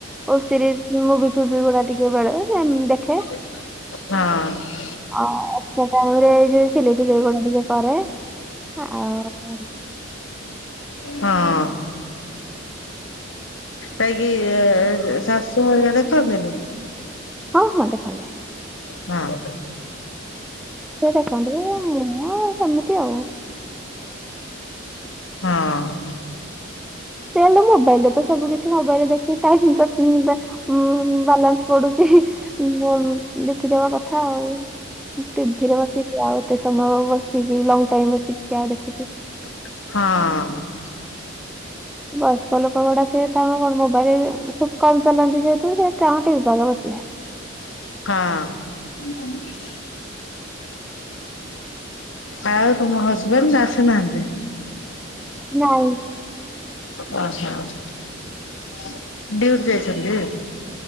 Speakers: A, in the centre; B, on the left.
A: ଓ ସିରି ମୁଭିଫୁଭି ଗୁଡା ଟିକେ ବେଳେ ସେମିତି ଦେଖ
B: ହଁ।
A: ଆଉ ସେ ଟାଇମରେ ସିଲେଇ ଫିଲେଇ ଗୁଡା ଟିକେ କରେ, ଆଉ
B: ହଁ। କାହିଁକି ଶାଶୁ ହେରିକା ଦେଖନ୍ତିନି?
A: ହଁ ହଁ ଦେଖନ୍ତି।
B: ହଁ।
A: ସେ ଦେଖନ୍ତି, ମୁଁ ସେମିତି ଆଉ।
B: ହଁ।
A: ସେ ହେଲେ ମୋବାଇଲିରେ ତ ସବୁ କିଛି ମୋବଇଲିରେ ଦେଖ <unintelligible> ହଁ ବାଲାନ୍ସ ପଡୁଛି। ମୁଁ ଦେଖିଦବା କଥା ଆଉ। ଟିଭିିରେ ବସିକି ଆଉ ଏତେ ସମୟ ବସିକି ଲଙ୍ଗଟାଇମ ବସିକି କିଏ ଆଉ ଦେଖୁଛି।
B: ହଁ।
A: ବୟସ୍କ ଲୋକ ଗୁଡାକ ସେ ତାଙ୍କ ମୋବାଇଲ ଖୁବ କମ ଚଲାନ୍ତି ଯେହେତୁ ସେ ତାଙ୍କ ଟିଭି ପାଖରେ ବସିଲେ।
B: ହଁ। ଆଉ ତମ ହଜବେଣ୍ଡ ଆସିନାହାନ୍ତି?
A: ନାଇଁ।
B: ଓହୋ ଡିଉଟି ଯାଇଛନ୍ତି?